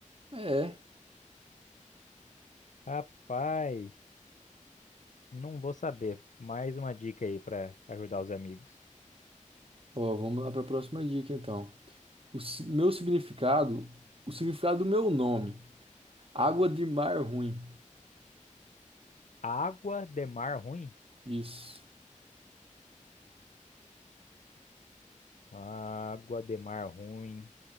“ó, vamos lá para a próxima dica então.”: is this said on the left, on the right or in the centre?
Right